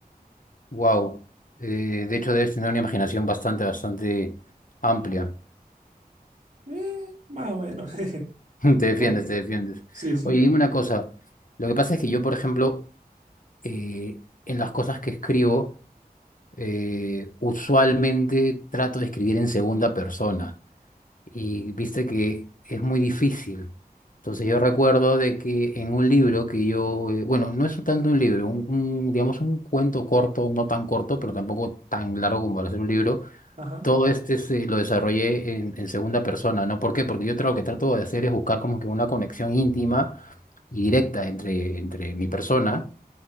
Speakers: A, on the left; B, on the right.
A: Wow. de hecho, debes tener una imaginación bastante, bastante amplia.
B: Eh, más o menos, <laughs>
A: <laughs> Te
B: un
A: defiendes,
B: poco.
A: te defiendes.
B: Sí, sí.
A: Oye, dime una cosa. Lo que pasa es que yo, por ejemplo, eh, en las cosas que escribo, eh, usualmente trato de escribir en segunda persona. Y viste que es muy difícil. Entonces yo recuerdo de que en un libro que yo, eh, bueno, no es tanto un libro, un, un, digamos un cuento corto, no tan corto, pero tampoco tan largo como para ser un libro
B: Ajá,
A: todo este se lo desarrollé en, en segunda persona, ¿no? ¿Por qué? Porque yo tra- lo que trato de hacer es buscar como que una conexión íntima y directa entre, entre mi persona